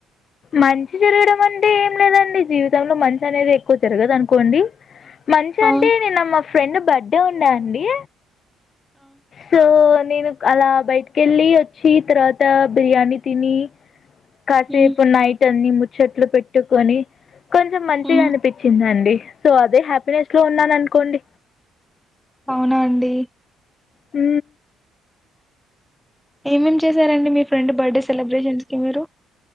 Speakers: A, on the left; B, in the centre.
A: మంచి జరగడం అంటే ఏం లేదండి జీవితంలో మంచి అనేది ఎక్కువ జరగదు అనుకోండి మంచి
B: ఆ
A: అంటే నేను మా ఫ్రెండ్ బర్త్డే ఉండ అండి సో నేను అలా బయటకి వెళ్ళి వచ్చి తర్వాత బిర్యానీ తిని కాసేప్
B: ఉమ్
A: ముచ్చట్లు పెట్టుకొని కొంచెం మంచిగా
B: ఉమ్
A: అనిపించిందండి సో అదే హ హ్యాపీనెస్ లో ఉన్నాను అనుకోండి
B: అవునా అండి
A: ఉ
B: ఏమేం చేశారండి మీ ఫ్రెండ్ బర్త్డే సెలబ్రేషన్స్ కి మీరు